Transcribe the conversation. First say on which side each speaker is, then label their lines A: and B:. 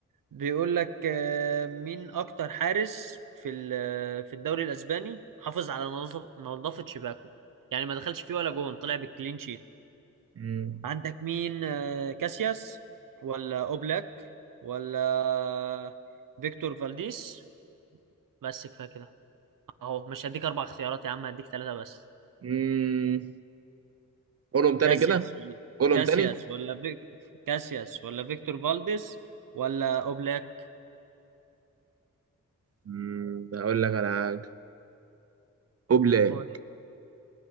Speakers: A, on the right; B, on the right.
A: بيقول لك آه، مين اكتر حارس في ال- آه، في الدوري الاسباني حافظ على نظافة نظافة شباكه يعني ما دخلش فيه ولا جون طلع بالكلين شيت
B: مم.
A: عندك مين آه، كاسياس ولا اوبلاك ولا فيكتور فالديس بس كفاية كده اهو مش هديك اربع اختيارات يا عم هديك ثلاثة بس
B: مم. قولهم تاني
A: كاسياس
B: كده
A: ولا
B: قولهم
A: كاسياس
B: تاني
A: ولا فيك... كاسياس ولا فيكتور فالديس ولا اوبلاك
B: مم. أقول لك على حاجة أوبلاك
A: قول.